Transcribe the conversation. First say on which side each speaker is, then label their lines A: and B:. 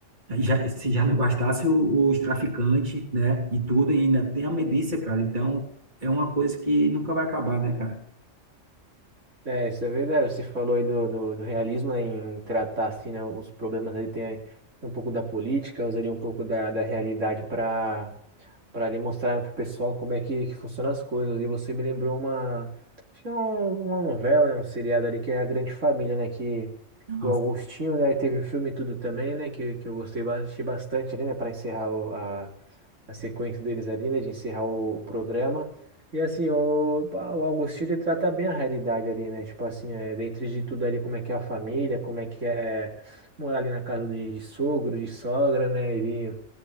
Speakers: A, on the right; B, on the right.
A: já, se já não bastasse o- os traficantes, né? E tudo, e ainda tem a milícia, cara. Então, é uma coisa que nunca vai acabar, né, cara?
B: É, isso é verdade. Você falou aí do, do, do realismo, né, em tratar assim, né, os problemas ali tem, aí- tem um pouco da política, usaria um pouco da, da realidade para para ali mostrar pro pessoal como é que, que funcionam as coisas. E você me lembrou uma, acho que é um- uma novela, né, um seriado ali que é A Grande Família, né, que,
A: Nossa,
B: que o Augustinho, né, aí teve o filme e tudo também, né, que, que eu gostei ba- achei bastante ali, né, para encerrar o- a, a sequência deles ali, né, de encerrar o, o programa. E assim, o, pá, o Augustinho ele trata bem a realidade ali, né? Tipo assim, é, dentro de tudo ali, como é que é a família, como é que é morar ali na casa de, de sogro, de sogra, né? Ele